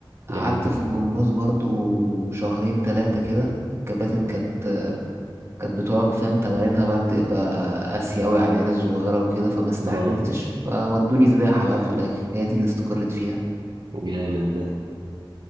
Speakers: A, on the right (about 30°); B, on the right (about 55°).
A: قعدت
B: جميل
A: في الجمباز برضو شهرين تلاتة كده الكباتن كانت كانت بتقعد فاهم تمارينها بقى بتبقى قاسية أوي على العيال الصغيرة وكده فما استحملتش
B: اه
A: فودوني سباحة بقى في الآخر هي دي اللي استقريت فيها
B: جامد ده